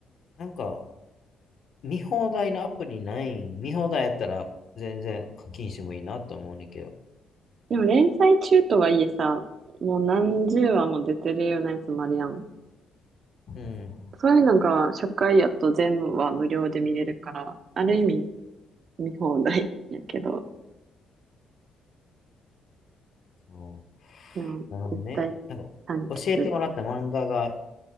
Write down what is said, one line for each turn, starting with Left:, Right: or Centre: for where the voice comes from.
Left: う。なんか、見放題のアプリないん見放題やったら全然課金してもいいなと思うねんけど。
Right: でも連載中とはいえさ、もう何十話も出てるようなやつもあるやん。
Left: うん。
Right: そういうのが初回やと全話無料で見れるから、ある意味見放題やけど、
Left: そ
Right: でも絶対
Left: うなるほどね。なんか、
Right: 完結。
Left: 教えてもらった漫画が